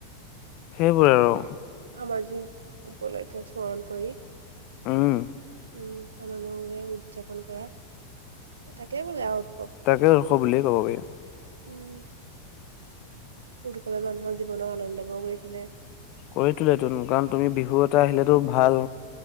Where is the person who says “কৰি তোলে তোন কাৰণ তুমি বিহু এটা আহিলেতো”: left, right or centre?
Left